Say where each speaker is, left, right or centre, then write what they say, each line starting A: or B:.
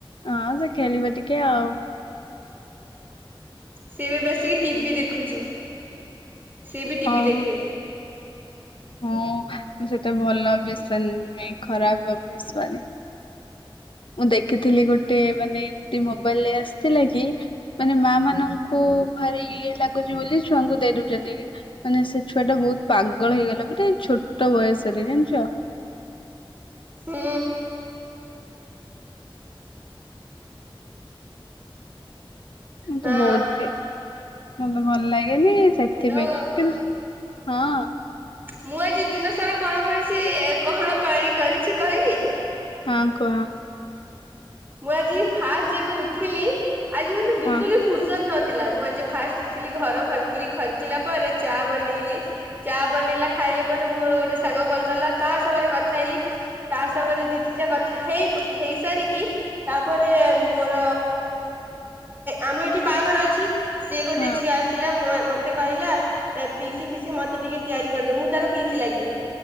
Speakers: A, on the left; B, on the right.
A: ହଁ ସଖେଲି ବଧି କେ ଆଉ
B: ସେବେ ବସିକି ଟିଭି ଦେଖୁଛି। ସେଏ ବି ଟିଭି
A: ହଁ।
B: ଦେଖେ
A: ହଁ ସେତେ ଭଲ ଅ ବି ଆସ ଖରାପ ଅ ଆସନି ମୁଁ ଦେଖିଥିଲି ଗୋଟେ ମାନେ ଏମତି ମୋବାଇଲ ରେ ଆସିଥିଲା କି ମାନେ ମା ମାନଙ୍କୁ ଭାରି ଇଏ ଲାଗୁଛି ବୋଲି ଛୁଆଙ୍କୁ ଦେଇଦଉଛନ୍ତି ମାନେ ସେ ଛୁଆ ଟା ବହୁତ ପାଗଳ ହେଇଗଲା ମାନେ ଛୋଟ ବୟସରେ ଜାଣିଛ।
B: ହୁଁ।
A: ମୁ ତେ
B: ହଁ
A: ବହୁତ ମତେ ଭଲ ଲାଗେ। ି ସେଥିପାଇଁ
B: ହ୍ୟାଲୋ।
A: କିନ୍ତୁ ହଁ।
B: ମୁଁ ଆଜି ଦିନ ସାରା କଣ କରିଛି କଣ କରି କରିଛି କହିବି।
A: ହଁ କହ।
B: ମୁଁ ଆଜି ଫାଷ୍ଟ ଯେବେ ଉଠିଲି। ଆଜି ମତେ ବିଲକୁଲ
A: ହଁ
B: ବି ଫୁର୍ସତ ନଛି। ଥିଲା ମୁଁ ଆଜି ଫାଷ୍ଟ ଉଠିଲି ଘର ଖରକିଲି ଖରକିଲା ପରେ ଚା ବନେଇଲି ଚା ବନେଇଲା ଖାଇଲା ପରେ ମୋର ଗୋଟେ ସାଙ୍ଗ କଲ କଲା ତା ସାଙ୍ଗରେ କଥା ହେଇଲି ତା ସାଙ୍ଗରେ ଦି ତିନିଟା କଥା ହେଇ ହେଇସାରିକି ତାପରେ ମୋର ଆମ ଏଠି ବାହାଘର ଅଛି। ସେଏ ଗୋଟେ
A: ହଁ
B: ଝିଅ ଆସିଲା। ମତେ କହିଲା ଏ ପିଇସି ପିଇସି ମତେ ଟିକେ ତିଆରି କରିଦେ। ମୁଁ ତାର ପିଇସି ଲାଗିବି।